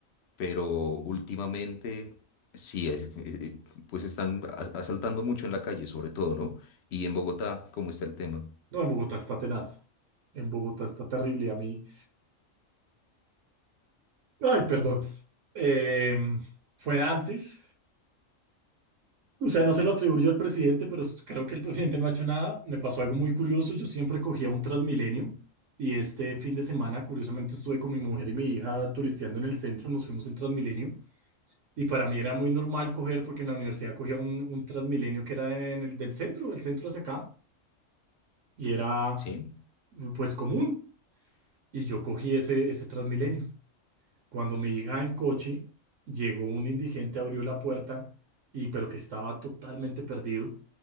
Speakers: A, on the left; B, on the right.
A: pero últimamente sí, es, eh, pues están as- asaltando mucho en la calle, sobre todo, ¿no? Y en Bogotá, ¿cómo está el tema?
B: No, en Bogotá está tenaz. En Bogotá está terrible. A mí, ay, perdón. Em, fue antes. O sea, no se lo atribuyo al presidente, pero s- creo que el presidente no ha hecho nada. Me pasó algo muy curioso. Yo siempre cogía un Transmilenio y este fin de semana, curiosamente, estuve con mi mujer y mi hija turisteando en el centro. Nos fuimos en Transmilenio. Y para mí era muy normal coger, porque en la universidad cogía un, un Transmilenio que era de- en el- del centro, del centro hacia acá, y era
A: ¿Sí?
B: pues común. Y yo cogí ese, ese Transmilenio. Cuando mi hija en coche llegó un indigente, abrió la puerta y pero que estaba totalmente perdido